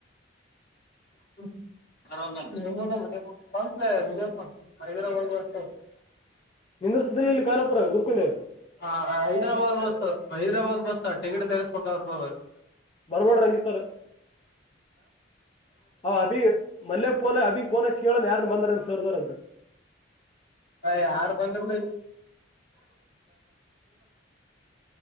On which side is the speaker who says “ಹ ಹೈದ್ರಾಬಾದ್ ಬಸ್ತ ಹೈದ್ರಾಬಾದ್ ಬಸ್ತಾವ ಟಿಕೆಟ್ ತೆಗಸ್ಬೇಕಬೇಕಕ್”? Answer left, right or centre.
Left